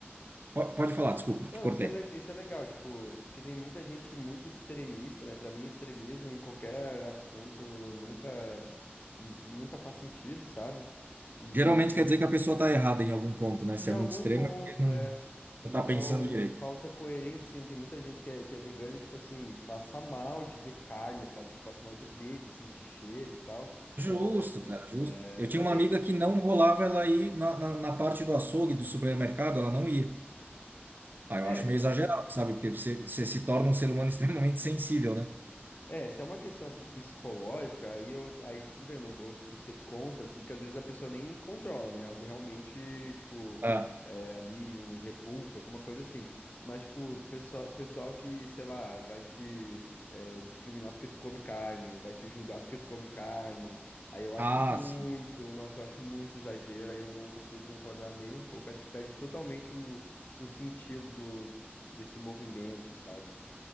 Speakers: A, on the right; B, on the left.
A: po- Pode falar, desculpa,
B: Não,
A: te cortei.
B: isso é, le- isso é legal, tipo, porque tem muita gente muito extremista, né? Pra mim, extremismo em qualquer assunto nunca, nu- nunca faz sentido, sabe? E
A: Geralmente quer dizer que a pessoa está errada em algum ponto, né?
B: em
A: Se é
B: algum
A: muito extremo,
B: ponto
A: é porque não
B: é. Então,
A: está pensando direito.
B: falta coerência, assim, tem muita gente que é, que é vegana e, tipo assim, passa mal de ver carne, sabe? Tipo, passa mal de ver, de sentir cheiro e tal.
A: Justo,
B: É,
A: cara, justo.
B: é,
A: Eu tinha
B: assim,
A: uma amiga que não rolava ela ir na, na, na parte do açougue, do supermercado, ela não ia. Ah, eu
B: é,
A: acho meio exagerado, sabe? Porque você, você se torna um ser humano <laughs> extremamente sensível, né?
B: É, se é uma questão assim psicológica, aí eu, aí tudo bem, eu não vou tipo ser contra, assim, porque às vezes a pessoa nem controla, né? Algo realmente tipo
A: Ah,
B: é, ali um repulso, alguma coisa assim. Mas tipo pessoal, pessoal que sei lá vai te é, discriminar porque tu come carne, ou vai te julgar porque tu come carne, aí eu acho
A: ah,
B: muito,
A: sim.
B: nossa, eu acho muito exagero, aí eu não consigo concordar nem um pouco. Acho que perde totalmente o, o sentido do desse movimento, sabe?